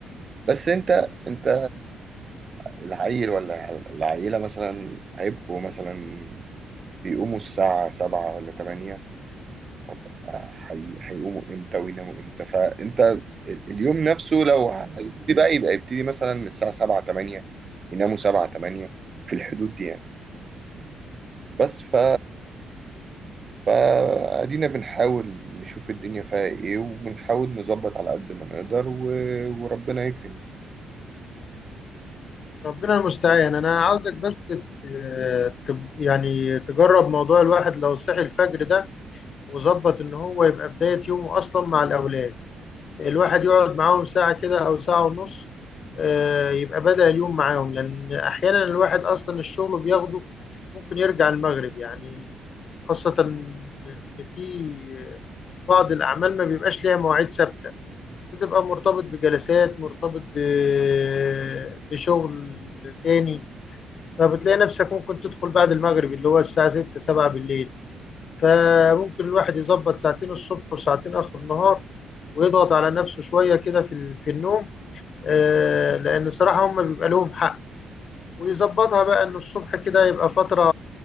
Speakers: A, on the right; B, on the left.
A: بس انت انت العيل ولا العيله مثلا هيبقوا مثلا بيقوموا الساعه 7 ولا 8 طب آه، هي- هيقوموا امتى ويناموا امتى فانت ال- اليوم نفسه لو هيبتدي بقى يبقى يبتدي مثلا من الساعة 7 8 يناموا 7 8 في الحدود دي يعني بس ف فادينا بنحاول نشوف الدنيا فيها ايه وبنحاول نظبط على قد ما نقدر و... وربنا يكرم
B: ربنا المستعان انا عاوزك بس ت- ت- يعني تجرب موضوع الواحد لو صحي الفجر ده وظبط ان هو يبقى بدايه يومه اصلا مع الاولاد الواحد يقعد معاهم ساعة كده أو ساعة ونص آه، يبقى بدأ اليوم معاهم لأن أحيانا الواحد أصلا الشغل بياخده ممكن يرجع المغرب يعني خاصة إن في بعض الأعمال ما بيبقاش ليها مواعيد ثابتة بتبقى مرتبط بجلسات مرتبط ب- بشغل تاني فبتلاقي نفسك ممكن تدخل بعد المغرب اللي هو الساعة 6 7 بالليل فممكن الواحد يظبط ساعتين الصبح وساعتين آخر النهار ويضغط على نفسه شوية كده في ال- في النوم آه، لأن صراحة هم بيبقى لهم حق ويظبطها بقى إن الصبح كده يبقى فترة